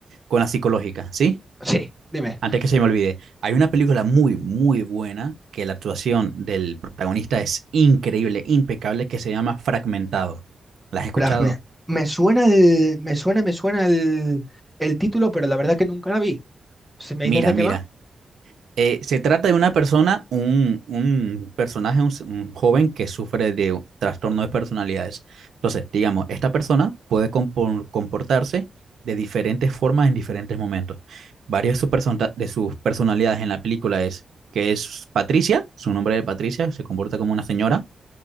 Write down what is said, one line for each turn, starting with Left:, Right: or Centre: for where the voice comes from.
Right: con la psicológica, ¿sí?
Centre: Sí, dime.
Right: Antes que se me olvide, hay una película muy, muy buena que la actuación del protagonista es increíble, impecable, que se llama Fragmentado. ¿La has escuchado?
Centre: Fragme. Me suena el, me suena, me suena el, el título, pero la verdad que nunca la vi. Si me
Right: Mira,
Centre: dices de qué
Right: mira.
Centre: va.
Right: eh, se trata de una persona, un, un personaje, un, s- un joven que sufre de un trastorno de personalidades. Entonces, digamos, esta persona puede compor- comportarse de diferentes formas en diferentes momentos. Varias de sus persona- de sus personalidades en la película es que es Patricia, su nombre de Patricia, se comporta como una señora